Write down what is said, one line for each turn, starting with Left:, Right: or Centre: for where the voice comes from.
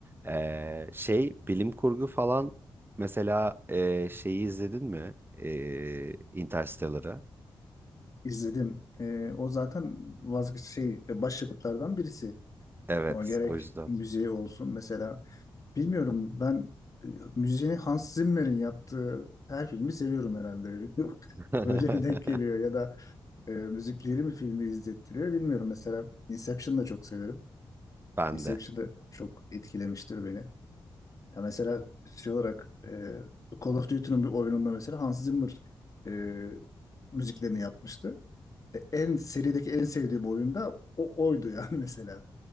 Right: E, şey bilim kurgu falan mesela e, şeyi izledin mi? E, Interstellar'ı.
Left: İzledim. Eee, o zaten vazgeç şey başyapıtlardan birisi.
Right: Evet,
Left: O gerek
Right: o yüzden.
Left: müziği olsun mesela. Bilmiyorum ben e, müziğini Hans Zimmer'in yaptığı her filmi seviyorum herhalde. <laughs>
Right: <laughs>
Left: Öyle mi denk geliyor ya da e, müzikleri mi filmi izlettiriyor bilmiyorum. Mesela Inception'ı da çok severim.
Right: Ben
Left: Inception'da
Right: de.
Left: çok etkilemiştir beni. Ya mesela şey olarak e, Call of Duty'nin bir oyununda mesela Hans Zimmer e, müziklerini yapmıştı. E, en serideki en sevdiğim oyunda o oydu yani <laughs> mesela.